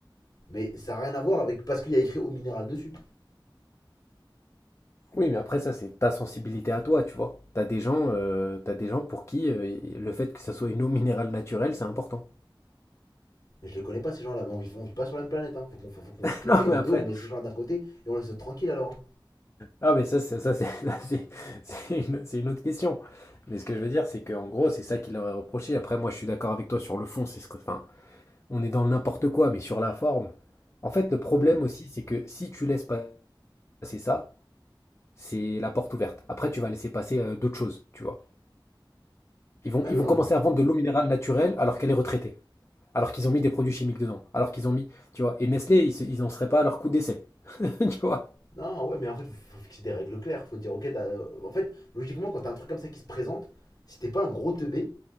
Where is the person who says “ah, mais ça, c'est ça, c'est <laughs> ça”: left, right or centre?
Left